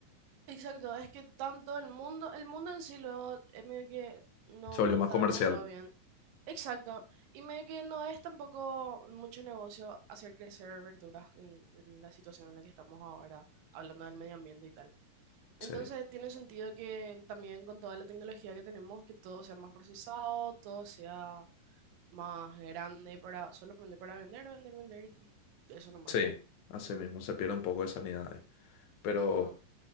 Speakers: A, on the right; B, on the left.
A: Exacto, es que tanto el mundo, el mundo en sí luego es medio que no,
B: Se volvió
A: no está
B: más comercial.
A: demasiado bien. Exacto, y medio que no es tampoco mucho negocio hacer crecer verduras en en la situación en la que estamos ahora, hablando del medio ambiente y tal. Entonces
B: Sí.
A: tiene sentido que también con toda la tecnología que tenemos, que todo sea más procesado, todo sea más grande para solamente para vender, vender, vender y eso nomás
B: Sí,
A: ya.
B: así mismo, se pierde un poco de sanidad ahí. Pero
A: Ujú.